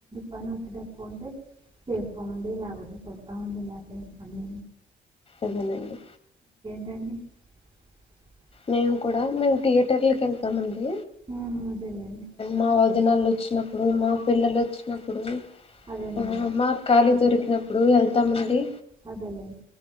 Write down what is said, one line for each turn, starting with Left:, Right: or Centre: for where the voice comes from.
Right: పని వత్తిడి ఎక్కువ ఉంటే, పని ఉంటే చేస్తా అండి లేకపోతే చూస్తా అండీ లేగతే అన్న
Left: అదేలేండి
Right: <unintelligible>
Left: మేము కూడా మేము థియేటర్లకు యెళ్తామండి,
Right: ఉమ్, అదేలేండి
Left: మా వదినళ్ళు వచ్చినప్పుడు, మా పిల్లలు వచ్చినప్పుడు,
Right: అదేలేండి
Left: ఆ మాకు ఖాళీ దొరికినప్పుడు యెళ్తామండి,
Right: అదేలేండి